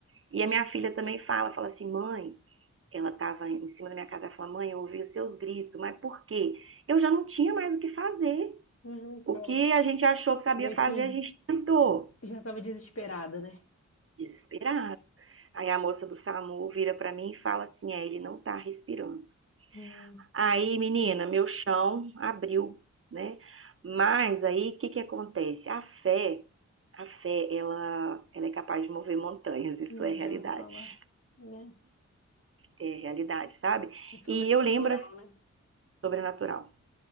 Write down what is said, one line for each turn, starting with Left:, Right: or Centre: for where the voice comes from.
Right: E a minha filha também fala: fala assim, mãe. Ela estava em cima da minha casa e falou: mãe, eu ouvi os seus gritos, mas por quê? Eu já não tinha mais o que fazer.
Left: Uhum,
Right: O
Left: é.
Right: que a gente achou que sabia
Left: Meio
Right: fazer,
Left: que
Right: a gente tentou.
Left: já estava desesperada, né?
Right: Desesperado. Aí a moça do SAMU vira para mim e fala assim: é, ele não tá respirando.
Left: Hum,
Right: Aí, menina, meu chão abriu, né? Mas aí, o que que acontece? A fé, a fé, ela, ela é capaz de mover montanhas, isso
Left: eu
Right: é realidade.
Left: já ouvi falar. né?
Right: É realidade, sabe?
Left: É sobrenatural,
Right: E eu lembro assim,
Left: né?
Right: sobrenatural.